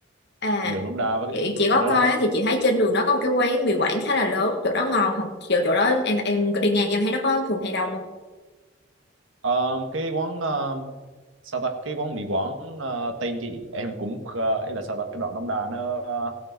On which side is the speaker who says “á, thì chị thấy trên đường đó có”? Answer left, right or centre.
Left